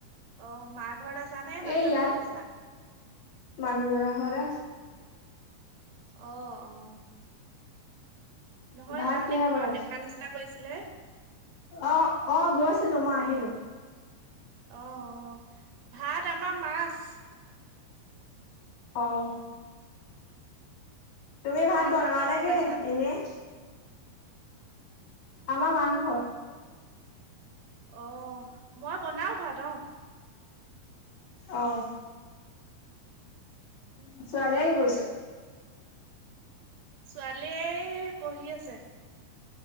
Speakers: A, on the right; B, on the left.
A: অ মাৰ ঘৰত আছা নে মানুহজনৰ
B: এই ইয়াত
A: ঘৰত আছা।
B: মানুহজনৰ ঘৰতে আছো
A: আহ অহ। নহয়
B: ভাত
A: সেইদিনাখনি
B: কিহে
A: ঘৰত
B: বনাইছে
A: দেখা নিচিনা কৰিছিলে।
B: অ অ গৈছিলো মই আহিলো।
A: অহ অহ ভাত আমাৰ মাছ।
B: অহ। তুমি
A: তোমালোকৰ
B: ভাত বনোৱা
A: কিহে
B: নে
A: বনাইছা
B: কি এনেই। আমাৰ মাংস।
A: অ মই বনাও ভাত অ।
B: অহ।
A: উম
B: ছোৱালীয়ে কি কৈছে?
A: ছোৱালীয়ে পঢ়ি আছে।